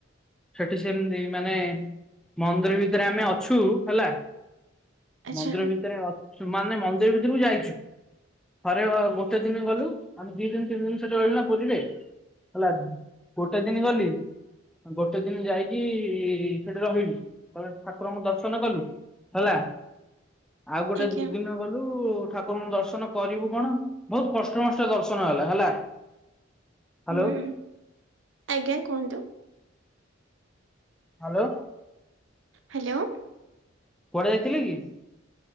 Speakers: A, in the centre; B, on the right.
A: ସେଠି ସେମିତି ମାନେ ମନ୍ଦିର ଭିତରେ ଆମେ ଅଛୁ ହେଲା।
B: ଆଚ୍ଛା
A: ମନ୍ଦିର ଭିତରେ ଅଛୁ ମାନେ ମନ୍ଦିର ଭିତୁରୁକୁ ଯାଇଛୁ। ଥରେ ଅ ଗୋଟେ ଦିନି ଗଲୁ ଆମେ ଦି ଦିନ ତିନି ଦିନ ସେଠି ରହିଲୁନା ପୁରୀରେ ହେଲା ଗୋଟେ ଦିନି ଗଲି ଗୋଟେ ଦିନି ଯାଇକି ସେଠି ରହିଲୁ ତାପରେ ଠାକୁରଙ୍କୁ ଦର୍ଶନ କଲୁ। ହେଲା ଆଉ ଗୋଟେ
B: ଆଜ୍ଞା।
A: ଦି ଦିନ ଗଲୁ ଠାକୁରଙ୍କୁ ଦର୍ଶନ କରିବୁ କଣ ବୋହୁତ କଷ୍ଟେ ମଷ୍ଟେ ଦର୍ଶନ ହେଲା ହେଲା। ହ୍ୟାଲୋ
B: ହୁଁ। ଆଜ୍ଞା କୁହନ୍ତୁ।
A: ହାଲୋ।
B: ହାଲୋ।
A: କୁଆଡେ ଯାଇଥିଲେ କି?